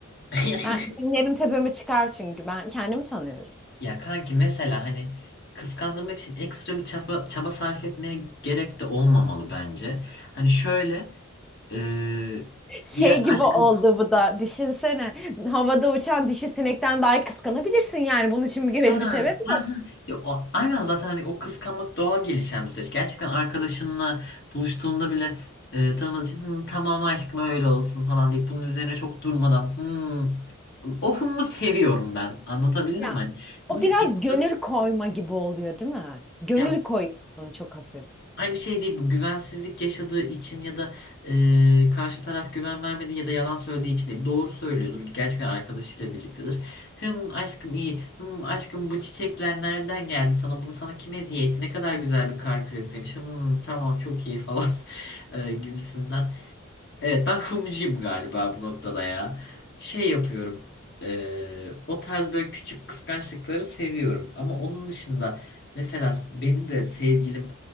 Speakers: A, on the left; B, in the centre.
A: <laughs>
B: Ben dinlerim tepeme çıkar çünkü ben kendimi tanıyorum.
A: Ya kanki mesela hani kıskandırmak için ekstra bir çaba, çaba sarf etmeye gerek de olmamalı bence. Hani şöyle Eee
B: Şey
A: ya
B: gibi
A: aşkım
B: oldu bu da düşünsene havada uçan dişi sinekten daha kıskanabilirsin yani bunun için bir belli
A: Ha, ha,
B: bir sebep yok.
A: ha. Ya, o, aynen zaten hani o kıskanmak doğal gelişen bir süreç. Gerçekten arkadaşınla buluştuğunda bile e, tanımadığı için "Hı, tamam aşkım öyle olsun falan deyip bunun üzerine çok durmadan "Hı, o hımı seviyorum ben. Anlatabildim
B: Ya
A: mi? Hani
B: o
A: bunun için
B: biraz
A: ekstra
B: gönül koyma gibi oluyor değil mi? Gönül
A: ya
B: koyuyorsun çok hafif.
A: Aynı şey değil bu güvensizlik yaşadığı için ya da e, karşı taraf güven vermediği ya da yalan söylediği için değil. Doğru söylüyordur. Gerçekten arkadaşıyla birliktedir. Hım aşkım iyi. Hım aşkım bu çiçekler nereden geldi sana? Bunu sana kim hediye etti? Ne kadar güzel bir kar küresiymiş. Hım tamam çok iyi falan <laughs> e, gibisinden. Evet ben hımcıyım galiba bu noktada ya. Şey yapıyorum. eee, o tarz böyle küçük kıskançlıkları seviyorum. Ama onun dışında mesela beni de sevgilim